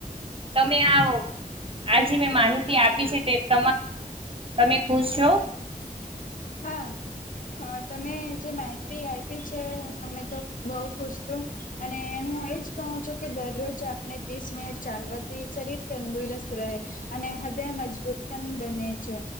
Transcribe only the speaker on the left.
હા તમે જે માહિતી અમે તો બઉ ખુશ છું અને હું એજ કહું છું કે દરરોજ આપને ત્રીસ મિનિટ ચાલવાથી સરી તંદુરસત રહે અને હદય મજબૂત પણ બને છે